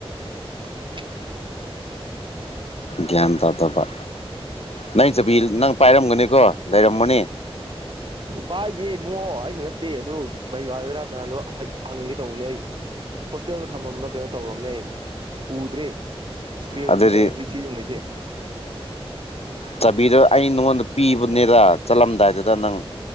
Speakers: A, on the right; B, on the left.
A: <inaudible>
B: ꯒ꯭ꯌꯥꯟ ꯇꯥꯗꯕ ꯅꯪ ꯆꯕꯤ
A: ꯑꯣꯀꯦ
B: ꯅꯪ ꯄꯥꯏꯔꯝꯒꯅꯤꯀꯣ ꯂꯩꯔꯝꯃꯅꯤ
A: ꯄꯥꯏꯗꯦ ꯏꯕꯨꯡꯉꯣ ꯑꯩꯩꯅ ꯅꯠꯇꯦ ꯑꯗꯨ <unintelligible> ꯀꯅꯥꯗꯣ ꯍꯩ ꯍꯪꯒꯦ ꯇꯧꯕꯅꯦ ꯑꯩ ꯍꯣꯁꯇꯦꯜꯗ ꯊꯝꯃꯝꯕ꯭ꯔꯥ ꯀꯩꯅꯣ ꯇꯧꯔꯝꯅꯦ ꯑꯩ ꯎꯗ꯭ꯔꯦ ꯁ꯭ꯄꯦꯔꯒꯤꯅꯦ
B: ꯑꯗꯨꯗꯤ
A: ꯍꯨꯖꯤꯛ ꯁꯤꯖꯤꯟꯅꯩꯁꯦ
B: ꯆꯥꯕꯤꯗꯣ ꯑꯩ ꯅꯉꯣꯟꯗ ꯄꯤꯕꯅꯦꯗ ꯆꯠꯂꯝꯗꯥꯏꯗꯨꯗ ꯅꯪ